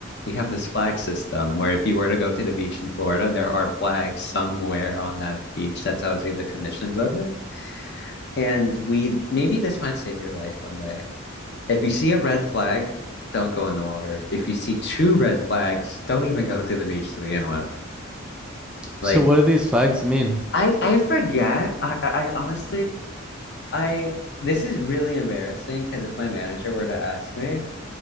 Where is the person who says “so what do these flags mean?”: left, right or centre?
Centre